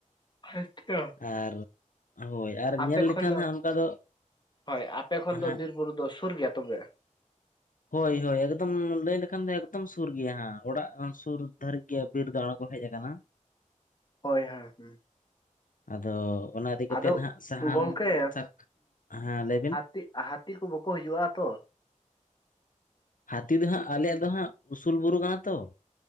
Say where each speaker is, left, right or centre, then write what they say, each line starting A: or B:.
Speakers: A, on the left; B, on the left.
A: ᱟᱪᱪᱷᱟ
B: ᱟᱨ ᱦᱳᱭ ᱟᱨ
A: ᱟᱯᱮ
B: ᱧᱮᱞ ᱞᱮᱠᱷᱟᱱ
A: ᱠᱷᱚᱱ
B: ᱦᱟᱸᱜ ᱚᱱᱠᱟ ᱫᱚ
A: ᱦᱳᱭ ᱟᱯᱮ ᱠᱷᱚᱱ ᱫᱚ
B: ᱦᱮᱸ
A: ᱵᱤᱨ ᱵᱩᱨᱩ ᱫᱚ ᱥᱩᱨ ᱜᱮᱭᱟ ᱛᱚᱵᱮ
B: ᱦᱳᱭ ᱦᱳᱭ ᱮᱫᱚᱢ ᱞᱟᱹᱭ ᱞᱮᱠ ᱷᱟᱱ ᱫᱚ ᱮᱠᱫᱚᱢ ᱥᱩᱨ ᱜᱮᱭᱟ ᱦᱟᱸᱜ ᱚᱲᱟᱜ ᱥᱩᱨ ᱫᱷᱟᱹᱨᱤᱡ ᱜᱮᱭᱟ ᱵᱤᱨ ᱫᱚ ᱟᱬᱜᱚ ᱦᱮᱡ ᱟᱠᱟᱱᱟ
A: ᱦᱳᱭ ᱦᱳᱭ ᱦᱩᱸ
B: ᱟᱫᱚ ᱚᱱᱟ ᱤᱫᱤ ᱠᱟᱛᱮᱫ
A: ᱟᱫᱚ
B: ᱦᱟᱸᱜ ᱥᱟᱦᱟᱱ
A: ᱜᱚᱝᱠᱮ
B: ᱥᱟᱠ ᱦᱮᱸ ᱞᱟᱹᱭ ᱵᱤᱱ
A: ᱠᱟᱹᱴᱤᱡ ᱦᱟᱹᱛᱤ ᱠᱚ ᱵᱟᱠᱩ ᱦᱤᱡᱩᱜᱼᱟ ᱛᱚ
B: ᱦᱟᱹᱛᱤ ᱫᱚ ᱦᱟᱸᱜ ᱟᱞᱮᱭᱼᱟᱜ ᱫᱚ ᱦᱟᱸᱜ ᱩᱥᱩᱞ ᱵᱩᱨᱩ ᱠᱟᱱᱟ ᱛᱚ